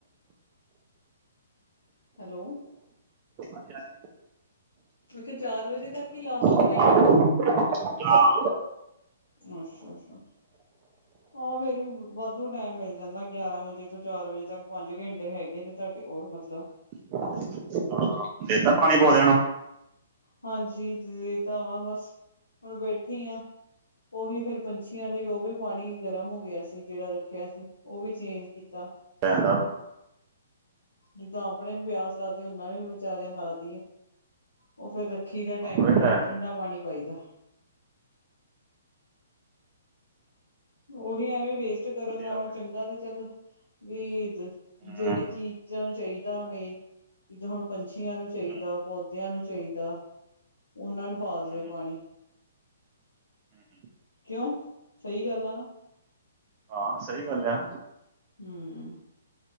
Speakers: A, on the left; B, on the right.
A: ਹੈਲੋ।
B: ਹਾਂਜੀ-ਹਾਂਜੀ।
A: ਮੈਂ ਕਿਹਾ ਚਾਰ ਵਜੇ ਤੱਕ ਹੀ ਲਾਸਟ
B: <inaudible>
A: ਟਾਈਮ ਆ। ਅੱਛਾ-ਅੱਛਾ। ਹਾਂ ਫੇਰ ਵੀ ਵ ਵਾਧੂ ਟੈਮ ਮੇਲ ਜਾਂਦਾ ਗਿਆਰਾਂ ਵਜੇ ਤੋਂ ਚਾਰ ਵਜੇ ਤੱਕ ਪੰਜ ਘੰਟੇ ਹੈਗੇ ਨੇ ਤੁਆਡੇ ਕੋਲ ਮਤਲਬ।
B: ਹਾਂ, ਦੇਤਾ ਪਾਣੀ ਪੋਦੇਆ ਨੂੰ?
A: ਹਾਂਜੀ ਦੇ ਤਾਂ ਆਏਆ ਬਸ, ਹੁਣ ਬੇਠੀ ਆ। ਓਹੀ ਫੇਰ ਪੰਛੀਆਂ ਲਈ ਓਵੀ ਪਾਣੀ ਗਰਮ ਹੋ ਗੇਆ ਸੀ ਜੇੜਾ ਰੱਖੇਆ ਸੀ ਓਵੀ ਚੇਂਜ ਕੀਤਾ।
B: ਭੈਣ ਨਾ ਰੋ
A: ਜਿੱਦਾਂ ਆਪਣੇ ਨੂੰ ਪਿਆਸ ਲਗਦੀ ਉਨਾ ਨੂੰ ਵੀ ਵਿਚਾਰੇਆਂ ਨੂੰ ਲੱਗਦੀ ਐ। ਓ ਫਿਰ ਰੱਖੀ ਦਾ
B: ਆਹੋ
A: ਟਾਈਮ ਟੂ
B: ਇਹ
A: ਟਾਈਮ
B: ਲੈ
A: ਠੰਡਾ ਪਾਣੀ ਪਾਈ ਦਾ। ਓਹੀ ਐਵੇਂ ਵੇਸਟ ਕਰਨ
B: ਵਧੀਆ
A: ਨਾਲੋਂ
B: ਹੋ ਗਿਆ
A: ਚੰਗਾ ਤੇ ਚੱਲ ਵੀ
B: ਹੂੰ,
A: ਜੇੜੀ ਚੀਜ਼ਾਂ ਨੂੰ ਚਾਈਦਾ ਮੇਨ। ਜਿੱਦਾਂ ਹੁਣ ਪੰਛੀਆਂ ਨੂੰ
B: ਹੂੰ,
A: ਚਾਈਦਾ, ਪੌਦੇਆਂ ਨੂੰ ਚਾਈਦਾ। ਓਨਾਂ ਨੂੰ ਪਾ ਦੇਵੇ
B: ਹੂੰ,
A: ਪਾਣੀ,
B: ਹੂੰ।
A: ਕਿਉਂ? ਸਈ ਗੱਲ ਆ ਨਾ।
B: ਹਾਂ ਸਈ ਗੱਲ ਆ।
A: ਹੂੰ,